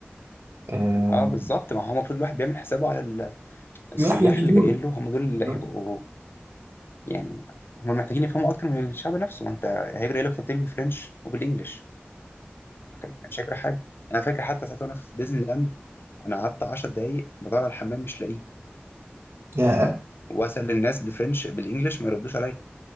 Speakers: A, on the right (about 85°); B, on the left (about 65°).
A: والسياح
B: اه بالظبط ما هو المفروض الواحد بيعمل حسابه على ال- السياح
A: اللي بيجوا
B: اللي جايين
A: له
B: له هم دول اللي
A: بالظبط.
B: هيبقوا يعني هم محتاجين يفهموا اكتر من الشعب نفسه وانت هيجري إيه لك كتير بالفرنش وبالانجلش كان كان مش هيجري حاجه انا فاكر حتى ساعتها وانا في ديزني لاند انا قعدت 10 دقايق بدور على الحمام مش لاقيه
A: ياه
B: واسال الناس بفرنش بالانجلش ما يردوش عليا